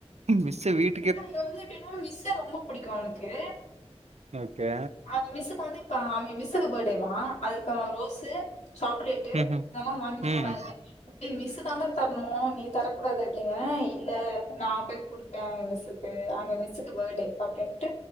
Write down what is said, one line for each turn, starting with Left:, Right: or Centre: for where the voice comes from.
Right: மிஸ்சு வீட்
Left: இல்ல இவே வந்து எப்டின்னா மிஸ்ச ரொம்ப பிடிக்கு அவனுக்கு
Right: ஓகே
Left: அவங்க மிஸ்ஸுக்கு வந்து இப்ப அவிங்க மிஸ்ஸுக்கு பர்த்டேவா அதுக்கு அவே ரோஸு சாக்லே ட்டு
Right: ம்
Left: இதல்லா வாங்கிட்டு
Right: ம்
Left: போறா இவே டேய் மிஸ்ஸு தாண்டா தரணு நீ தரக்கூடாது அப்டிங்கிறே இல்ல நா போய் குடுப் பே ஏ மிஸ்ஸுக்கு அங்க மிஸ்ஸுக்கு பர்த்டே அப்டின்ட்டு